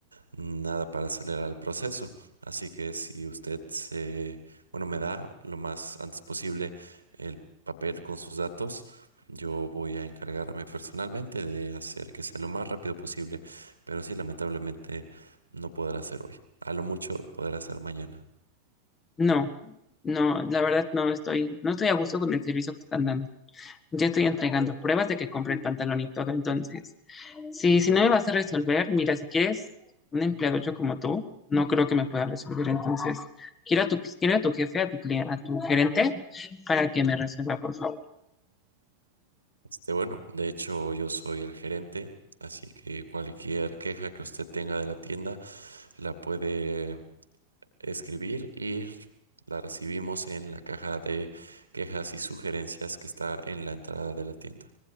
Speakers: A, on the right; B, on the left.
A: nada para acelerar el proceso. Así que si usted se, bueno, me da lo más antes posible el papel con sus datos, yo voy a encargarme personalmente de hacer que sea lo más rápido posible. Pero sí, lamentablemente no podrá ser hoy. A lo mucho podrá ser mañana.
B: No, no, la verdad no estoy, no estoy a gusto con el servicio que están dando. Ya estoy entregando pruebas de que compré el pantalón y todo, entonces Sí, si no me vas a resolver, mira, si quieres un empleado hecho como tú, no creo que me pueda resolver. Entonces, quiero a tu, quiero a tu jefe, a tu, cli- a tu gerente, para que me resuelva, por favor.
A: Este, bueno, de hecho yo soy el gerente, así que cualquier queja que usted tenga de la tienda la puede escribir y la recibimos en la caja de quejas y sugerencias que está en la entrada de la tienda.